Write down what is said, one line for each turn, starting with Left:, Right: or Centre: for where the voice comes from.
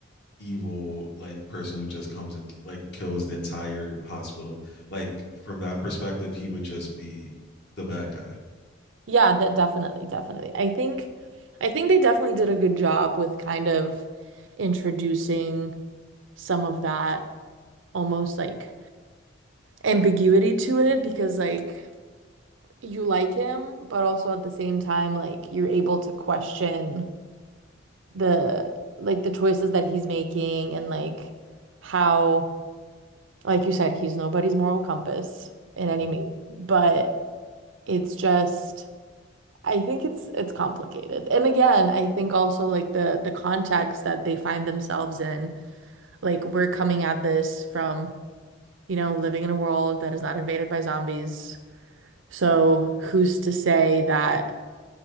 Left: evil like person who just comes and like kills the entire hospital. Like from that perspective, he would just be the bad guy.
Right: Yeah, de- definitely, definitely. I think I think they definitely did a good job with kind of introducing some of that almost like ambiguity to it because like you like him, but also at the same time like you're able to question the like the choices that he's making and like how like you said he's nobody's moral compass in
Left: Mm-hmm.
Right: any means, but it's just I think it's it's complicated. And again, I think also like the the context that they find themselves in, like we're coming at this from, you know, living in a world that is not invaded by zombies. So who's to say that